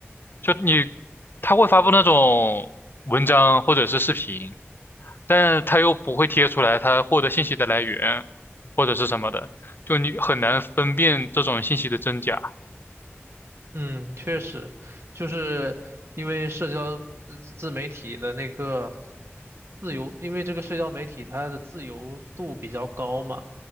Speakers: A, on the left; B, on the right.
A: 就你他会发布那种文章或者是视频，但他又不会贴出来他获得信息的来源或者是什么的，就你很难分辨这种信息的真假。
B: 嗯，确实，就是因为社交呃自媒体的那个自由，因为这个社交媒体它的自由度比较高嘛。